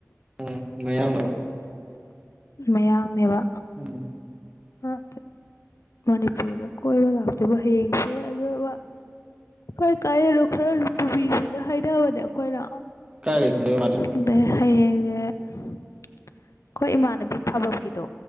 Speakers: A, on the right; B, on the left.
A: ꯎꯝ ꯃꯌꯥꯝꯡꯂ
B: ꯃꯌꯥꯝꯡꯅꯦꯕ
A: ꯎꯝ
B: ꯑꯠꯇ ꯃꯅꯤꯄꯨꯔꯗ ꯀꯣꯏꯕ ꯂꯥꯛꯇꯣꯏꯕ ꯍꯌꯦꯡꯁꯦ ꯑꯗꯨꯒ ꯑꯩꯣꯏ ꯀꯥꯏꯔꯣ ꯈꯔ ꯂ ꯄꯨꯕꯤꯁꯤꯅ ꯍꯥꯏꯅꯕꯅꯦ ꯑꯩꯈꯣꯏꯅ ꯑꯣ
A: ꯀꯥꯏ ꯂꯩꯗꯣꯏ ꯃꯥꯗꯤ
B: ꯑꯗꯩ ꯍꯌꯦꯡꯁꯦ ꯑꯩꯈꯣꯏ ꯏꯃꯥꯟꯅꯕꯤ ꯈꯥꯕꯝꯒꯤꯗꯣ